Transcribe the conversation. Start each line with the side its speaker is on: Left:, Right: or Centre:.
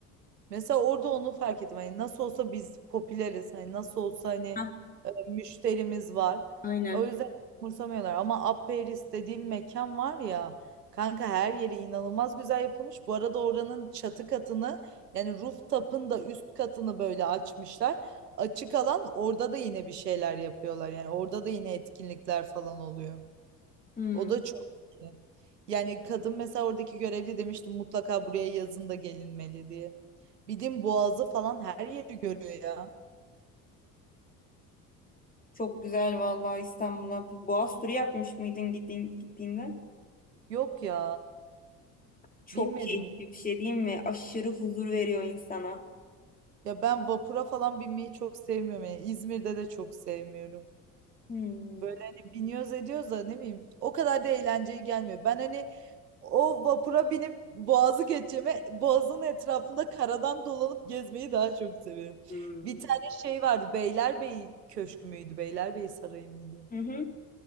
Right: Mesela orada onu fark ettim. Hani nasıl olsa biz popüleriz. Hani nasıl olsa hani
Left: Hah,
Right: e, müşterimiz var.
Left: aynen.
Right: O yüzden umursamıyorlar. Ama Aperis dediğim mekan var ya kanka her yeri inanılmaz güzel yapılmış. Bu arada oranın çatı katını yani rooftop'ın da üst katını böyle açmışlar. Açık alan orada da yine bir şeyler yapıyorlar. Yani orada da yine etkinlikler falan oluyor.
Left: Hmm.
Right: O da çok iyi. Yani kadın mesela oradaki görevli demiştim mutlaka buraya yazın da gelinmeli diye. Bildiğin Boğaz'ı falan her yeri görüyor ya.
Left: Çok güzel vallahi İstanbul'a. Bir Boğaz turu yapmış mıydın gittiğin, gittiğinde?
Right: Yok ya.
Left: Çok
Right: Binmedim.
Left: keyifli bir şey değil mi? Aşırı huzur veriyor insana.
Right: Ya ben vapura falan binmeyi çok sevmiyorum. Yani İzmir'de de çok sevmiyorum.
Left: Hmm.
Right: Böyle hani biniyoruz ediyoruz da ne bileyim o kadar da eğlenceli gelmiyor. Ben hani o vapura binip boğazı geçeceğime boğazın etrafında karadan dolanıp gezmeyi daha çok severim.
Left: Hmm.
Right: Bir tane şey vardı Beylerbeyi Köşkü müydü Beylerbeyi Sarayı mıydı?
Left: Hı hı.